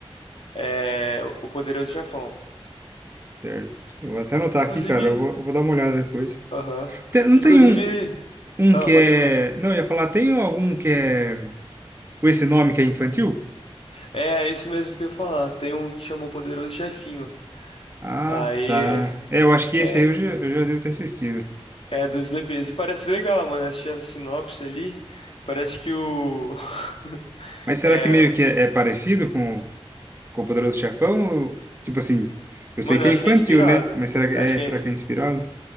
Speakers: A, on the left (about 65°); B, on the right (about 25°).
A: É, o o Poderoso Chefão.
B: Certo. Eu vou até anotar
A: Inclusive,
B: aqui, cara. Eu vou, eu vou dar uma olhada depois.
A: aham.
B: Tem- não
A: Inclusive,
B: tem um, um
A: ah,
B: que
A: pode
B: é.
A: falar.
B: Não, eu ia falar, tem algum que é. Com esse nome que é infantil?
A: É, é isso mesmo que eu ia falar. Tem um que chama o Poderoso Chefinho.
B: Ah,
A: Aí
B: tá. É, eu acho que
A: é,
B: esse aí
A: é,
B: eu já, eu já devo ter assistido.
A: é dos bebês. E parece legal, mano. Assisti a sinopse ali. Parece que o. <laughs>
B: Mas será
A: É,
B: que meio que é, é parecido com, com o Poderoso Chefão? Ou, tipo assim, eu sei
A: mano,
B: que
A: eu
B: é
A: acho
B: infantil,
A: que é inspirada.
B: né? Mas será que é,
A: Acho que
B: será
A: é.
B: que é inspirado?